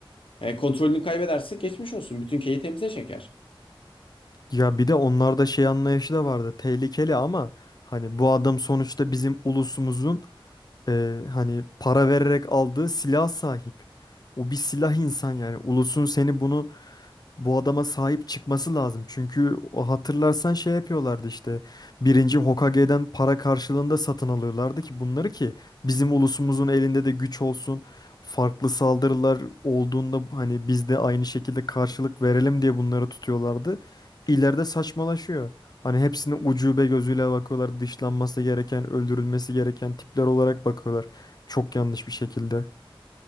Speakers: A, on the left; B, on the left.
A: Yani kontrolünü kaybederse geçmiş olsun. Bütün köyü temize çeker.
B: Ya bir de onlarda şey anlayışı da vardı. Tehlikeli ama hani bu adam sonuçta bizim ulusumuzun e, hani para vererek aldığı silah sahip. O bir silah insan yani. Ulusun seni bunu bu adama sahip çıkması lazım. Çünkü o hatırlarsan şey yapıyorlardı işte. Birinci Hokage'den para karşılığında satın alıyorlardı ki bunları ki bizim ulusumuzun elinde de güç olsun. Farklı saldırılar olduğunda hani biz de aynı şekilde karşılık verelim diye bunları tutuyorlardı. İleride saçmalaşıyor. Hani hepsini ucube gözüyle bakıyorlar. Dışlanması gereken, öldürülmesi gereken tipler olarak bakıyorlar. Çok yanlış bir şekilde.